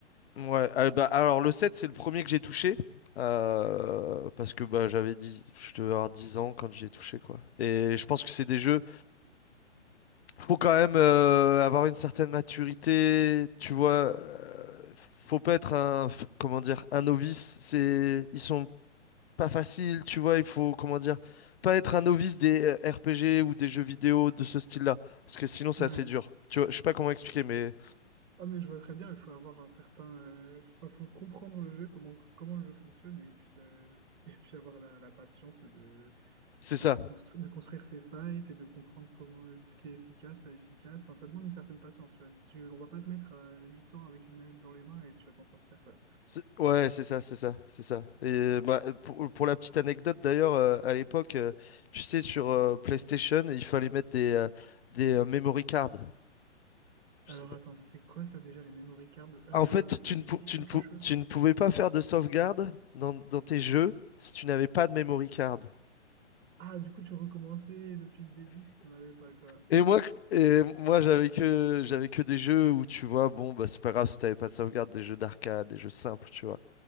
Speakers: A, on the left; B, on the right.
A: Ouais, euh, bah, alors le sept c'est le premier que j'ai touché. euh, parce que bah, j'avais dix, je devais avoir 10 ans quand j'ai touché, quoi. Et je pense que c'est des jeux. Faut quand même euh, avoir une certaine maturité, tu vois. euh, faut pas être un, f- comment dire, un novice. C'est, ils sont pas faciles, tu vois. Il faut, comment dire, pas être un novice des euh, RPG ou des jeux vidéo de ce style-là. Parce que sinon, c'est
B: Ouais,
A: assez dur. Tu vois, je sais pas comment expliquer, mais
B: Ah mais je vois très bien, il faut avoir un certain, euh, enfin, faut comprendre le jeu, comment, comment le jeu fonctionne et puis, ça- et puis avoir la, la patience de,
A: c'est ça.
B: bah, de, constru- de construire ses fights et de comprendre comment, euh, ce qui est efficace, pas efficace. Enfin, ça demande une certaine patience, tu vois. Tu, on va pas te mettre à 8 ans avec une manette dans les mains et tu vas t'en sortir, quoi.
A: C'est- Ouais, c'est ça, c'est ça, c'est ça. Et euh, bah, euh, pour, pour la petite anecdote d'ailleurs, euh, à l'époque, euh, tu sais, sur euh, PlayStation, il fallait mettre des, euh, des euh, memory cards. Je
B: Alors
A: sais pas.
B: attends, c'est quoi ça déjà, les memory cards? Euh,
A: En fait,
B: ça
A: tu ne,
B: me
A: pou-
B: dit
A: tu
B: quelque
A: ne pou-
B: chose.
A: tu ne pouvais pas faire de sauvegarde dans, dans tes jeux si tu n'avais pas de memory card.
B: Ah, du coup, tu recommençais depuis le début si t'en avais pas, quoi.
A: Et moi, et moi j'avais que, j'avais que des jeux où tu vois, bon, bah, c'est pas grave si t'avais pas de sauvegarde, des jeux d'arcade, des jeux simples, tu vois.